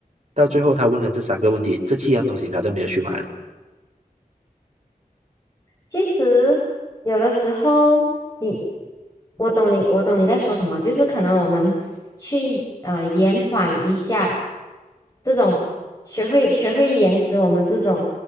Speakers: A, on the right; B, on the left.
A: 到最后他问了这三个问题，这七样东西他都没有去买了，
B: 其实有的时候你，我懂你，我懂你在说什么，就是可能我们去呃延缓一下这种学会学会延迟我们这种